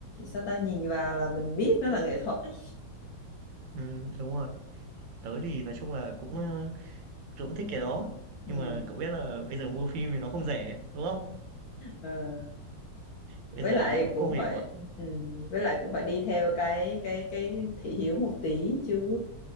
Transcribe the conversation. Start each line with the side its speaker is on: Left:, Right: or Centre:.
Left: sao ta nhìn vào là mình biết nó là nghệ thuật ấy.
Right: ừm, đúng rồi. Tớ thì nói chung là cũng, ơ, tớ cũng thích cái đó,
Left: Ừ.
Right: nhưng mà cậu biết là bây giờ mua phim thì nó không rẻ, đúng không?
Left: Ờ.
Right: Bây
Left: Với
Right: giờ
Left: lại
Right: mình cũng
Left: cũng
Right: không hề
Left: phải
Right: có
Left: ừ. Với lại cũng phải đi theo cái cái cái thị hiếu một tí chứ